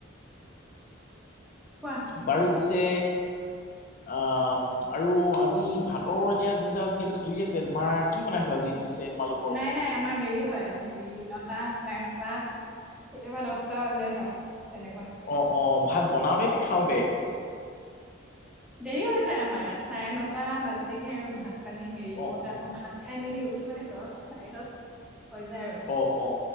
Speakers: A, in the centre; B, on the left (about 45°).
A: কোৱা
B: বাৰু পিছে অ, আৰু আজি ভাতৰ এতিয়া যু-জা যিহেতু চলি আছে, তোমাৰ কি বনাইছা, আজি পিছে? তোমালোকৰ
A: নাই, নাই, আমাৰ দেৰি হয়, হেৰি ন নটা- চাৰে নটা, কেতিয়াবা দহটা বাজে ধৰা। তেনেকুৱা
B: অ, অ, ভাত বনাওতে, নে খাওঁতে?
A: দেৰি হৈ যায় আমাৰ, চাৰে নটা বাজেগে আৰু ভাত মানে হেৰি
B: অ
A: কৰোতে,
B: অ
A: আকৌ ভাত খাই মেলি উঠো মানে দহ-চাৰি দহ হৈ যায় আৰু
B: অ, অ,